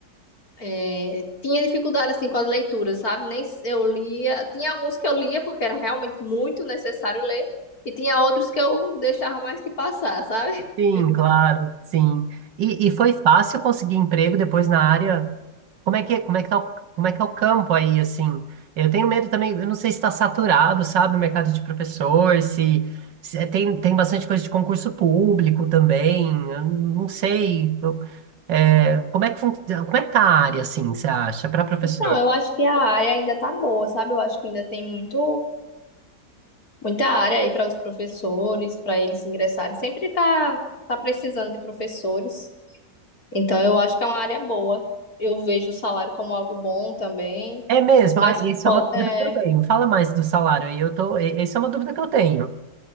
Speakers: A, on the left; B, on the right.
A: é, tinha dificuldade, assim, com as leituras, sabe? Nem s- eu lia. Tinha alguns que eu lia porque era realmente muito necessário ler. E tinha outros que eu deixava mais que passar, sabe? <laughs>
B: Sim, claro, sim. E, e foi fácil conseguir emprego depois na área? Como é que, como é que tá o, como é que é o campo aí, assim? Eu tenho medo também, eu não sei se está saturado, sabe, o mercado de professor, se, se é- tem, tem bastante coisa de concurso público também, eu não sei. Eu- é, como é que, fun- como é que tá a área, assim, você acha, para professor?
A: Então, eu acho que a área ainda tá boa, sabe? Eu acho que ainda tem muito Muita área aí para os professores, para eles ingressarem. Sempre tá, tá precisando de professores. Então, eu acho que é uma área boa. Eu vejo o salário como algo bom também.
B: É mesmo?
A: Mas
B: Ah, isso
A: pode.
B: é uma dúvida
A: É,
B: também. Fala mais do salário aí, eu tô, e- essa é uma dúvida que eu tenho.